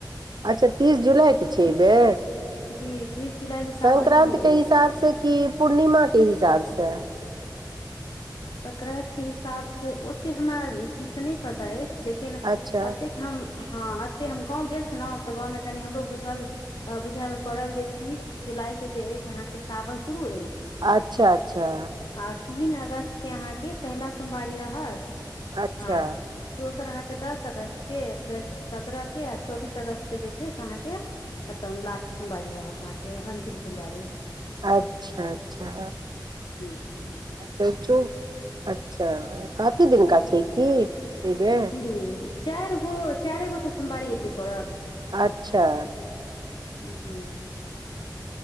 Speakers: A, on the right (about 65°); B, on the left (about 65°).
A: अच्छा तीस जुलाइके छै एहि बेेर
B: जी तीस जुलाइसँ
A: संक्रान्ते
B: सावन शुरू अछि
A: हिसाबसँ कि पूर्णिमाके हिसाबसँ
B: सकरानतिके हिसाबसँ ओतेक हमरा ठीकसँ नहि पता अछि लेकिन
A: अच्छा
B: एतेक हम हँ एते हम गाँंव गेल छलहुौं तऽ गाँं में कनी हमरो बुझल बुझए मे पड़ल जे तीस जू जुलाई से जे अछि अहाँ के सावन शुरू अछि
A: अच्छा अच्छा
B: आ तीन अगस्त के अहाँके पहिला सोवारी रहत
A: अच्छा
B: आ अहाँके दस अगस्त के फेर सत्रह के आ चौबीस अगस्त के जे छै से अहाँके खतम लास्ट सोमवारी रहत अहाँके अंतिम सोमवारी
A: अच्छा अच्छा
B: जी जी
A: अच्छा अच्छा काफी दिन का छै की बेर
B: जी चारि गो चारे गो तऽ सोमवारी अबरी पड़ल
A: अच्छा
B: जी